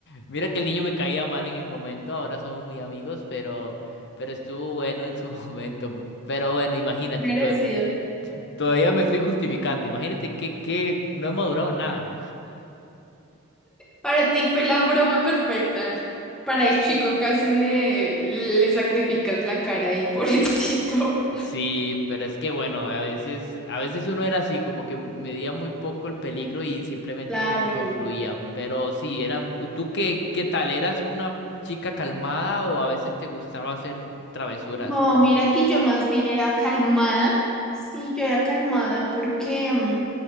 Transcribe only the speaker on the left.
mira que el niño me caía mal en el momento, ahora somos muy amigos, pero, pero estuvo bueno en su <laughs> momento. Pero bueno, imagínate,
to- todavía me estoy justificando, imagínate que, que no he madurado nada.
Sí, pero es que bueno, a veces, a veces uno era así, como que medía muy poco el peligro y simplemente
como que fluía. Pero sí, eran, ¿tú qué, qué tal? ¿Eras una chica calmada o a veces te gustaba hacer travesuras?